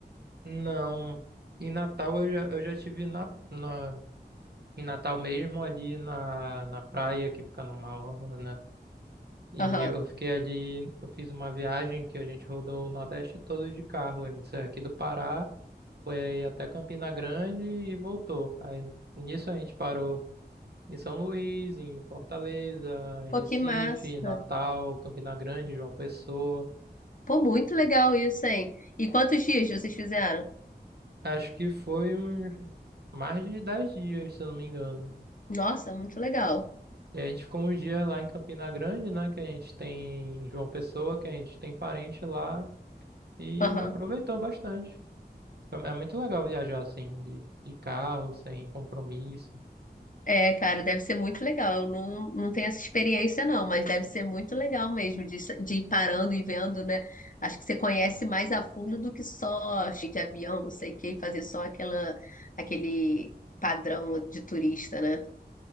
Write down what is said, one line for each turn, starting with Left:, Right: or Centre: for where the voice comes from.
Right: Não, em Natal eu já, eu já tive na, na, em Natal mesmo, ali na, na praia, que fica numa orla, né? E
Left: Aham.
Right: eu fiquei ali, eu fiz uma viagem que a gente rodou o Nordeste todo de carro, a gente saiu aqui do Pará Foi aí até Campina Grande e voltou. Aí nisso a gente parou em São Luís, em Fortaleza, em
Left: Pô,
Right: Recife,
Left: que massa.
Right: Natal, Campina Grande, João Pessoa.
Left: Pô, muito legal isso, hein? E quantos dias vocês fizeram?
Right: Acho que foi uns mais de 10 dias, se eu não me engano.
Left: Nossa, muito legal.
Right: E a gente ficou uns dias lá em Campina Grande, né? Que a gente tem em João Pessoa, que a gente tem parente lá e
Left: Aham.
Right: aproveitou bastante. Foi- É muito legal viajar assim, de, de carro, sem compromisso.
Left: É, cara, deve ser muito legal. Eu não, não tenho essa experiência, não, mas deve ser muito legal mesmo de, de ir parando e vendo, né? Acho que você conhece mais a fundo do que só cheio de avião, não sei o quê, fazer só aquela, aquele padrão de turista, né?